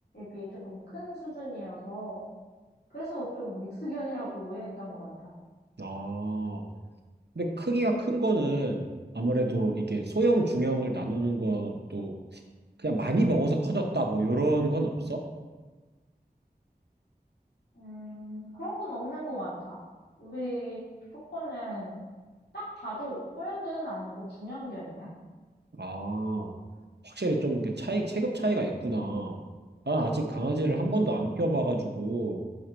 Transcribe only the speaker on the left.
비해 조금 큰 수준이어서 그래서 좀 믹스견이라고 오해했던 것 같아.
음, 그런 건 없는 것 같아. 우리 초코는 딱 봐도 소형견은 아니고 중형견이야.